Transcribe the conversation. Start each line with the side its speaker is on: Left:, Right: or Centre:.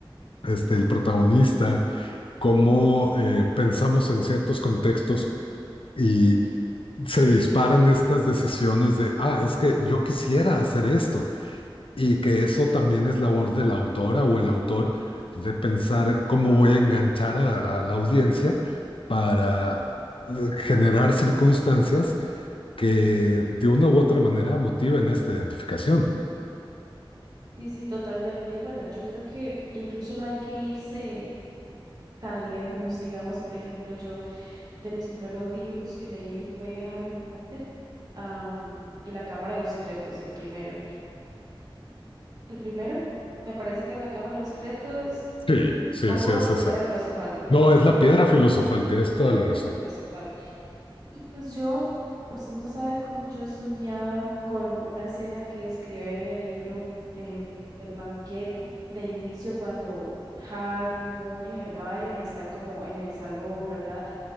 Left: este, el protagonista, cómo eh, pensamos en ciertos contextos. Y, se disparan estas decisiones de, ah, es que yo quisiera hacer esto y que eso también es labor de la autora o el autor de pensar cómo voy a enganchar a, a la audiencia para eh, generar circunstancias que de una u otra manera motiven esta identificación.
Right: Sí, sí, totalmente. Y bueno, yo creo que incluso no hay que irse tan lejos. Digamos, por ejemplo, yo De mis primeros libros que leí fue Harry Potter, am, y La Cámara de los Secretos, el primero. El primero me parece que era La Cámara de los Secretos
Left: Sí, sí,
Right: o
Left: sí, es
Right: La
Left: ese.
Right: Piedra Filosofal, no, no,
Left: No, es la piedra filosofal, tienes
Right: La
Left: toda
Right: Piedra
Left: la razón.
Right: Filosofal. Y pues yo, usted no sabe cómo yo soñaba con una escena que escribe en el libro em, del banquete de inicio cuando Harry, Ron y Hermione están como en el salón, ¿verdad?